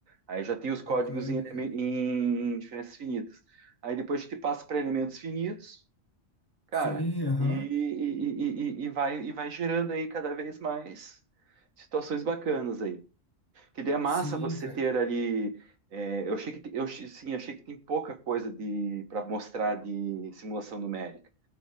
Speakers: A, on the right; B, on the left.
A: Aí já tem os códigos
B: Bacana,
A: em, eleme-
B: cara.
A: em diferenças finitas. Aí depois a gente passa para elementos finitos, cara,
B: Sim, aham.
A: e, e, e, e- e vai, e vai gerando aí cada vez mais situações bacanas aí. Que daí é massa
B: Sim,
A: você
B: cara.
A: ter ali. é, eu achei que te- eu achei- sim, achei que tem pouca coisa de para mostrar de simulação numérica.